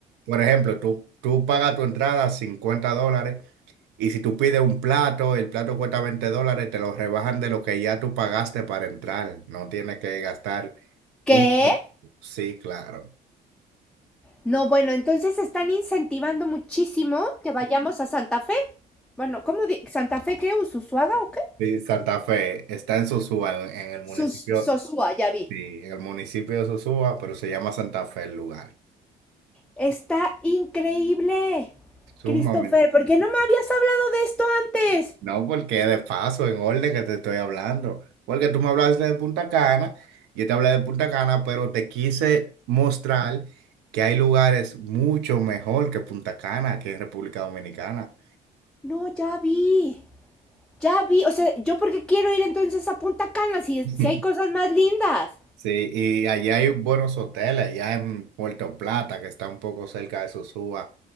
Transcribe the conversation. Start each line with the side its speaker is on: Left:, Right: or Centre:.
Right: por ejemplo, tú, tú pagas tu entrada 50 dólares y si tú pides un plato, el plato cuesta 20 dólares, te lo rebajan de lo que ya tú pagaste para entrar. No tienes que gastar
Centre: ¿Qué?
Right: un... Sí, claro.
Centre: No, bueno, entonces están incentivando muchísimo que vayamos a Santa Fe. Bueno, ¿cómo di- Santa Fe qué? ¿Usuaga o qué?
Right: Sí, Santa Fe está en Sosúa, en en el municipio,
Centre: Sus Sosúa, ya vi.
Right: sí, en el municipio de Sosúa, pero se llama Santa Fe el lugar.
Centre: Está increíble.
Right: Sumamente
Centre: Christopher, ¿por qué no me habías hablado de esto antes?
Right: No, porque de paso, en orden que te estoy hablando. Porque tú me hablaste de Punta Cana, yo te hablé de Punta Cana, pero te quise mostrar que hay lugares mucho mejor que Punta Cana, que en República Dominicana.
Centre: No, ya vi. Ya vi. O sea, ¿yo por qué quiero ir entonces a Punta Cana si,
Right: <laughs>
Centre: si hay cosas más lindas?
Right: Sí, y allá hay buenos hoteles, allá en Puerto Plata, que está un poco cerca de Sosúa,